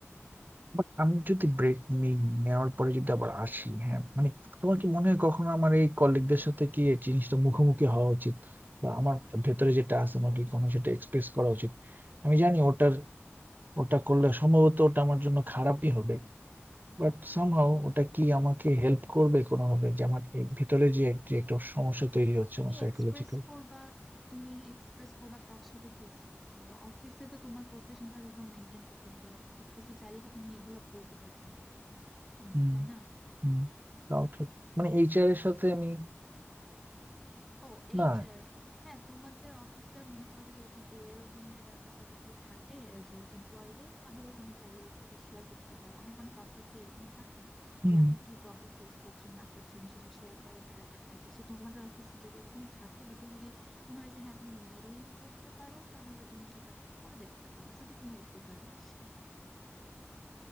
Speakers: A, on the right; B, in the centre.
A: বাট আমি যদি ব্রেক নিই নেওয়ার পরে যদি আবার আসি হ্যাঁ মানে তোমার কি মনে হয় কখনো আমার এই কলিগদের সাথে কি এই জিনিসটা মুখোমুখি হওয়া উচিত বা আমার ভেতরে যেটা আছে আমাকে কখনো সেটা এক্সপ্রেস করা উচিত আমি জানি ওটার ওটা করলে সম্ভবত ওটা আমার জন্য খারাপই হবে বাট সামহাও ওটা কি আমাকে হেল্প করবে কোনোভাবে যে আমার এই ভিতরে যে এক- যে একটা সমস্যা তৈরি হচ্ছে
B: তুমি
A: আমার সাইকোলজিক্যাল
B: এক্সপ্রেস করবা তুমি এক্সপ্রেস করবা কার সাথে কি এক্সপ্রেস করবা অফিসে তো তোমার প্রফেশনালিজম মেনটেন করতে হবে অফিসে চাইলে তো তুমি এগুলো বলতে পারবা না উম,
A: হুম
B: তাই না
A: হুম তাও ঠিক মানে এইচআর এর সাথে আমি
B: ও এইচআর
A: না
B: হ্যাঁ তোমাদের অফিসের মনে করো যদি ওরকম ওয়েলবিং এর ব্যাপারটা যদি থাকে আহ, যে এমপ্লয়ীদের তাহলে তুমি চাইলে সেটা শেয়ার করতে পারো অনেক অনেক অফিসে এরকম থাকে
A: হুম
B: যে আপনি কি প্রবলেম ফেস করছেন না করছেন সেটা শেয়ার করার একটা ব্যাপার থাকে সো তোমাদের অফিসে যদি এরকম থাকে বা তুমি যদি মনে হয় যে হ্যাঁ তুমি মেইল করতে পারো তাহলে তুমি সেটা করে দেখতে পারো যদি কোনো উপকারে আসে